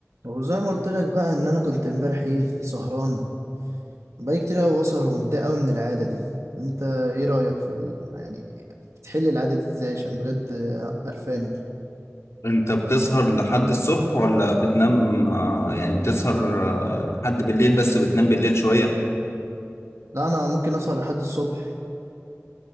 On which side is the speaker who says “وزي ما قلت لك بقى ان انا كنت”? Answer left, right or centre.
Right